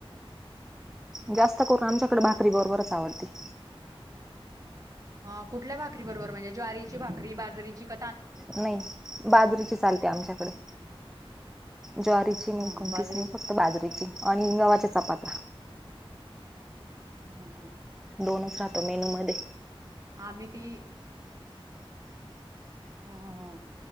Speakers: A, in the centre; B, on the right.
A: जास्त करून आमच्याकडे भाकरी बरोबरच आवडते.
B: ह कुठल्या भाकरी बरोबर म्हणजे ज्वारीची भाकरी बाजरीची क
A: नाही बाजरीची चालते आमच्याकडे ज्वारीची
B: हा
A: नाही कोणतीच
B: बाजरीची
A: नाही फक्त बाजरीची आणि गव्हाच्या चपाता
B: हम्म हम्.
A: दोनच राहतो मेनू मध्ये
B: आम्ही ती हा हा हा